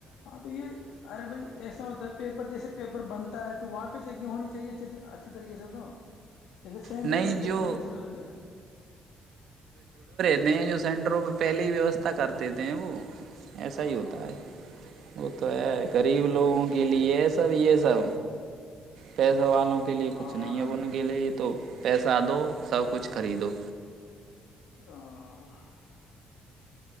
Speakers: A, on the left (about 90°); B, on the right (about 70°).
A: ہاں تو یہ ارے بھائی ایسا ہوتا ہے پیپر جیسے پیپر بنتا ہے واپس چنگ ہونی چاہیے اچ اچھی طریقے سے تو جسے س انٹر
B: نہیں
A: چگ
B: جو
A: سے مطلب کیا
B: نئے جو سینٹروں پہ پہلے ہی ویوستھا کر دیتے ہیں وہ ایسا
A: ہاں
B: ہی ہوتا ہے وہ تو ہے غریب لوگوں کے لیے یہ سب یہ سب پس والوں کے لیے
A: ہاں
B: کچھ نہیں ہے ان کے لیے تو پیسہ دو سب کچھ خریدو
A: ہ <unintelligible>